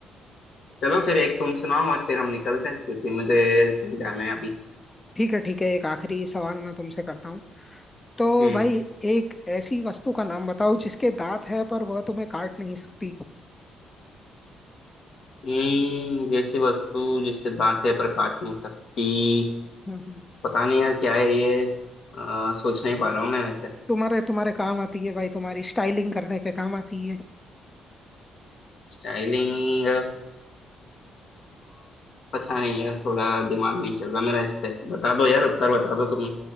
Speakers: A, on the left; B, on the left.
A: चलो फिर एक तुम सुनाओ और फिर हम निकलते हैं क्योंकि मुझे कहीं जाना है अभी
B: ठीक है ठीक है एक आखिरी सवाल मैं तुमसे करता हूँ तो
A: हम्म
B: भाई एक ऐसी वस्तु का नाम बताओ जिसके दांत है पर वह तुम्हें काट नहीं सकती
A: हम्म वैसी वस्तु जिसके दांत है पर काट नहीं सकती
B: हम्म हम्म।
A: पता नहीं यार क्या है ये अ, सोच नहीं पा रहा हूँ मैं वैसे
B: तुम्हारे तुम्हारे काम आती है भाई तुम्हारी स्टाइलिंग करने के काम आती है
A: स्टाइलिंग पता नहीं यार थोड़ा दिमाग नहीं चल रहा मेरा इस पे बता दो यार उत्तर बता दो तुम्हें